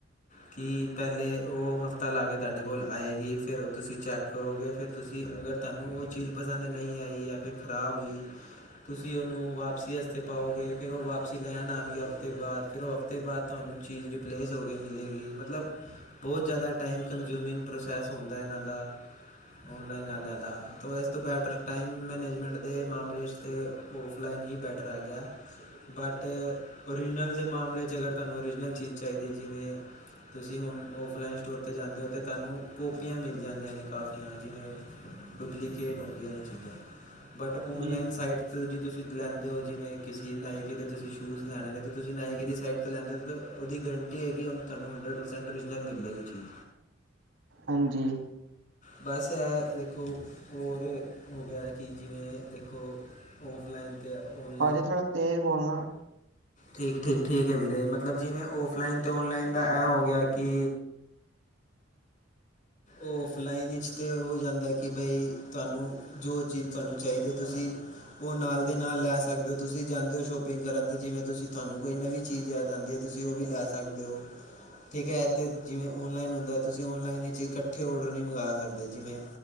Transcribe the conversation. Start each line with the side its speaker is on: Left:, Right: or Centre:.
Left: ਕੀ ਪੈਲੇ ਓ ਹਫ਼ਤਾ ਲਾ ਕੇ ਤੁਆਡੇ ਕੋਲ ਆਏਗੀ ਫੇਰ ਓ ਤੁਸੀਂ ਚੈੱਕ ਕਰੋਗੇ ਫਿਰ ਤੁਸੀਂ ਅਗਰ ਤਆਨੂੰ ਓ ਚੀਜ਼ ਪਸੰਦ ਨਈਂ ਆਈ ਜਾਂ ਫਿਰ ਖਰਾਬ ਹੋਈ ਤੁਸੀਂ ਓਨੂੰ ਵਾਪਸੀ ਵਸਤੇ ਪਾਓਗੇ ਫਿਰ ਓ ਵਾਪਸੀ ਲੈਨ ਆਨਗੇ ਹਫ਼ਤੇ ਬਾਦ ਫਿਰ ਓ ਹਫ਼ਤੇ ਬਾਦ ਤੁਆਨੂੰ ਚੀਜ਼ ਰਿਪਲੇਸ ਹੋ ਕੇ ਮਿਲੇਗੀ ਮਤਲਬ ਬਹੁ ਜਾਦਾ ਟਾਈਮ ਕਨਜ਼ਿਊਮਿੰਗ ਪ੍ਰੋਸੈਸ ਹੁੰਦਾ ਏਨਾਂ ਦਾ। ਓਨਲਾਈਨ ਆਲਿਆਂ ਦਾ ਤਾਂ ਏਸ ਤੋਂ ਬੈਟਰ ਟਾਈਮ ਮੈਨੇਜਮੈਂਟ ਦੇ ਮਾਮਲੇ ਚ ਤੇ ਓਫ ਲਾਈਨ ਈ ਬੈਟਰ ਹੈਗਾ। ਬਟ ਓਰੀਜਨਲ ਦੇ ਮਾਮਲੇ ਚ ਅਗਰ ਤਆਨੂੰ ਓਰੀਜਨਲ ਚੀਜ਼ ਚਾਈਦੀ ਐ ਜਿਵੇਂ ਤੁਸੀਂ ਹੁਨ ਓਫਲਾਈਨ ਸਟੋਰ ਤੇ ਜਾਂਦੇ ਓ ਤਾਂ ਤਾਨੂੰ ਕੌਪੀਆਂ ਮਿਲ ਜਾਂਦੀਆਂ ਨੇ ਕਾਫੀਆਂ ਜਿਵੇਂ ਡੁਪਲੀਕੇਟ ਹੁੰਦੀਆਂ ਨੇ ਚੀਜ਼ਾਂ, ਬਟ ਓਨਲਾਈਨ
Right: ਜੀ
Left: ਸਾਈਟ ਤੇ ਜੇ ਤੁਸੀਂ ਲੈਂਦੇ ਓਂ ਜਿਵੇਂ ਕਿਸੇ ਨਾਈਕੀ ਦੇ ਤੁਸੀਂ ਸ਼ੂਜ਼ ਲੈਨੇ ਨੇ ਤਾਂ ਤੁਸੀਂ ਨਾਇਕੀ ਦੀ ਸਾਈਟ ਤੋਂ ਲੈਂਦੇ ਓ ਤਾਂ ਓਦੀ ਗਰੰ ਟੀ ਹੈਗੀ ਓਨੂੰ ਤਾਨੂੰ ਹੰਡਡ ਪਰਸੈਂਟ ਓਰੀਜਨਲ ਮਿਲਲੇਗੀ ਚੀਜ਼।
Right: ਹਾਂਜੀ।
Left: ਬਸ ਓਤੋਂ ਦੇਖੋ ਹੋਰ ਹੋ ਗੇਆ ਕੀ ਜਿਵੇਂ ਦੇਖੋ ਓਫਲਾਈਨ ਤੇ ਆ ਓਈ
Right: ਭਾਜੀ ਥੋੜਾ ਤੇਜ਼ ਬੋਲਨਾ।
Left: ਠੀਕ-ਠੀਕ-ਠੀਕ ਐ ਵੀਰੇ ਮਤਲਬ ਜਿਵੇਂ ਓਫਲਾਈਨ ਤੇ ਓਨਲਾਈਨ ਦਾ ਐਂ ਹੋ ਗੇਆ ਕੀ ਓਫਲਾਈਨ ਵਿੱਚ ਤਾਂ ਏ ਹੋ ਜਾਂਦਾ ਕੇ ਬਈ ਤਆਨੂੰ ਜੋ ਚੀਜ਼ ਤੁਆਨੂੰ ਚਾਈਦੀ ਤੁਸੀਂ ਓ ਨਾਲ ਦੇ ਨਾਲ ਲੈ ਸਕਦੇ ਓਂ ਤੁਸੀਂ ਜਾਂਦੇ ਓ ਸ਼ੋਪਿੰਗ ਕਰਨ ਤਾਂ ਜਿਵੇਂ ਤੁਸੀਂ ਤਆਨੂੰ ਕੋਈ ਨਵੀਂ ਚੀਜ਼ ਯਾਦ ਆਂਦੀ ਐ ਤੁਸੀਂ ਓ ਵੀ ਲੈ ਸਕਦੇ ਓਂ। ਠੀਕ ਐ ਤੇ ਜਿਵੇਂ ਓਨਲਾਈਨ ਹੁੰਦਾ ਤੁਸੀਂ ਓਨਲਾਈਨ ਏ ਚੀਜ਼ ਕੱਠੇ ਔਡਰ ਨਈਂ ਮੰਗਾ ਸਕਦੇ ਜਿਵੇਂ